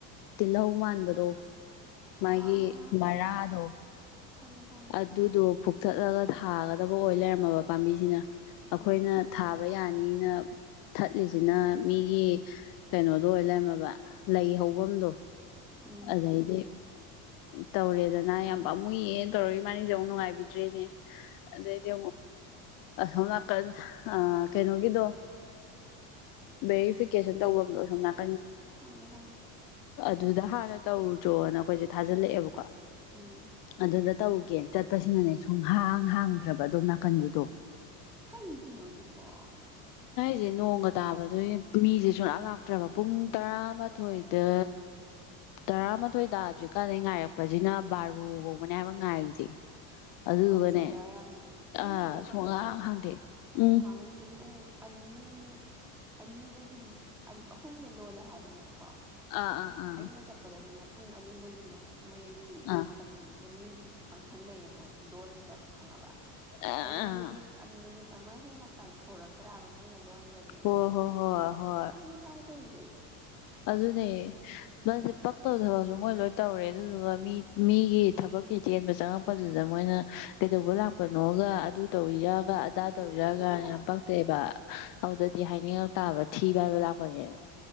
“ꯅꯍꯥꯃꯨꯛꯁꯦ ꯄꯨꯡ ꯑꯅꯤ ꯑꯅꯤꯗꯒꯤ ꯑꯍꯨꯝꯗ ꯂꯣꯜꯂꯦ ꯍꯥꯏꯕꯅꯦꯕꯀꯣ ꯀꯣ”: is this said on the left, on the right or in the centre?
Centre